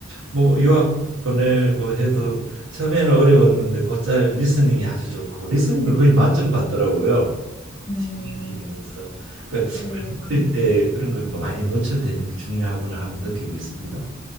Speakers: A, on the right; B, on the left.
A: 뭐 유학 보내고 해도 처음에는 어려웠는데 곧잘 리스닝이 아주 좋고 리스닝을 거의 만점 받더라고요.
B: 음,
A: 시 b 티를 해서 그
B: 네, 네.
A: 어릴 때 그런 걸 뭐 많이 노출되는 게 중요하구나 하고 느끼고 있습니다.